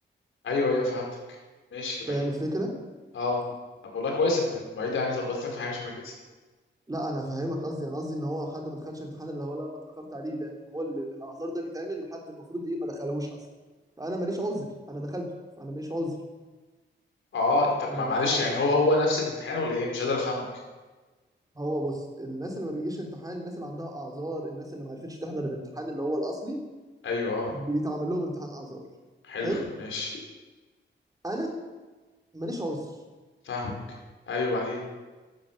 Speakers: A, on the left (about 80°); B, on the right (about 20°).
A: ايوه ايوه فهمتك ماشي بعيد
B: فاهم الفكرة
A: اه طب والله كويس ان المعيدة يعني ظبطتك في حاجة شبه كده
B: لا انا فاهمك قصدي انا قصدي ان هو حد ما دخلش الامتحان اللي هو لا انا اتاخرت عليه ده فهو اللي الاعذار ده بيتعمل لحد المفروض ايه ما دخلهوش اصلا فانا ماليش عذر انا دخلته فانا ماليش عذر
A: اه طب
B: فما
A: ما- معلش
B: ينفعش
A: يعني هو هو نفس الامتحان ولا ايه مش قادر افهمك
B: هو بص الناس اللي ما بيجيش امتحان الناس اللي عندها اعذار الناس اللي ما عرفتش تحضر الامتحان اللي هو الاصلي
A: ايوه اه
B: بيتعمل لهم امتحان اعذار
A: حلو
B: حلو
A: ماشي
B: انا ماليش عذر
A: فاهمك ايوه بعدين